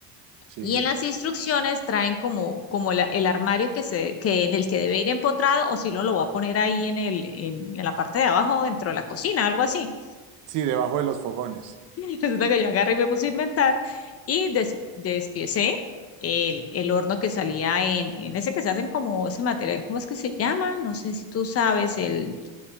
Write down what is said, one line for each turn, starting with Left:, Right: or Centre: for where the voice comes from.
Right: sí.
Left: Y en las instrucciones traen como, como la- el armario que se, que en el que debe ir empotrado o si no lo va a poner ahí en el, en en la parte de abajo dentro de la cocina, algo así.
Right: Sí, debajo de los fogones.
Left: <laughs> Resulta que yo agarré y me puse a inventar y des- despiecé el, el horno que salía en, en ese que se hacen como ese material, ¿cómo es que se llama? No sé si tú sabes, el,